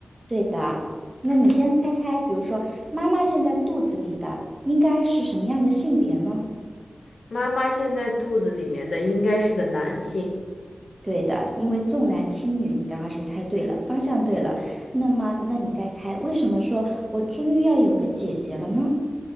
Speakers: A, on the right; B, on the left.
A: 对的，那你先猜猜，比如说妈妈现在肚子里的应该是什么样的性别呢？
B: 妈妈现在肚子里面的应该是个男性。
A: 对的，因为重男轻女，你刚刚是猜对了，方向对了。那么，那你再猜，为什么说我终于要有个姐姐了呢？